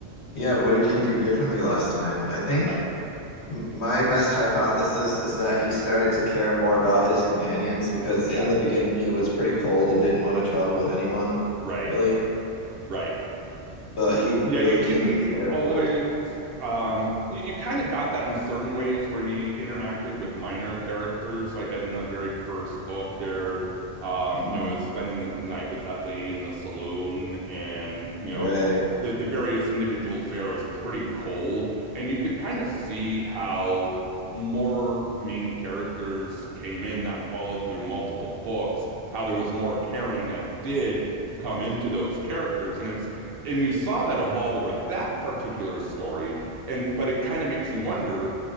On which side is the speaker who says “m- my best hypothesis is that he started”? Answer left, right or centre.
Left